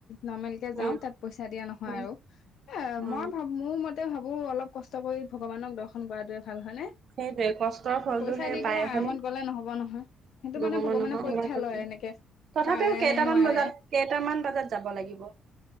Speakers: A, on the left; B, on the right.
A: নৰ্মেল কে যাও
B: উম
A: তাত পইচা দিয়া নহয়
B: উম
A: আৰু এ
B: অ
A: মই ভাবো মোৰ মতে তেওঁ ভাবোঁ অলপ কষ্ট কৰি ভগৱানক দৰ্শন কৰাত ভাল হয়নে,
B: সেইটোৱে কষ্টৰ ফলটো
A: পইচা
B: সেই
A: দি
B: পায়
A: পেলাই
B: হয়নে?
A: আৰামত গলে নহব নহয়, সেইটো
B: নহ'ব
A: মানে ভগৱানে
B: নহয়
A: পৰীক্ষা
B: ইমান কষ্ট
A: লয় এনেকে
B: তথাপিও
A: পাৰে
B: কেইটামান
A: নে নোৱাৰে?
B: বজাত কেইটামান বজাত যাব লাগিব?